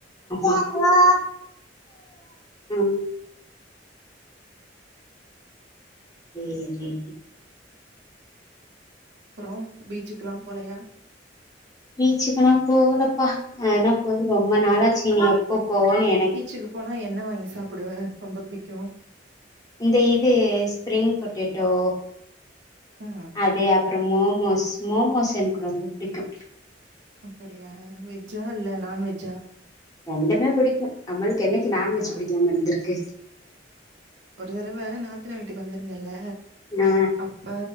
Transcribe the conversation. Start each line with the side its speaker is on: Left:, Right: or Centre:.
Left: ஆமா ம் சேரி
Right: அப்றோ பீச்சுக்லாம் போலையா
Left: பீச்சுக்குனாப் போகலப்பா ஆனாப் போய் ரொம்ப நாாளாச்சி இனி எப்போப் போவோனு என்
Right: பீச்சுக்குப் போனா என்ன வாங்கி சாப்புடுவே ரொம்ப புடிக்கு
Left: இந்த இது ஸ்பிரிங் பொட்டேட்டோ
Right: ஆ
Left: அதே அப்றோம் மோமோஸ் மோமோஸ் எனக்கு ரொம்ப புடிக்கு
Right: அப்படியா வெஜ்ஜா இல்ல நான்வெஜ்ஜா
Left: ரெண்டுமே புடிக்கு நம்மள்க்கு என்னைக்கு நான்வெஜ்
Right: ஆ
Left: பிடிக்காம இருந்திருக்கு
Right: ஒரு தரவ நாத்தனா வீட்டுக்கு வந்திருந்தேல
Left: ஆ
Right: அப் ப்ப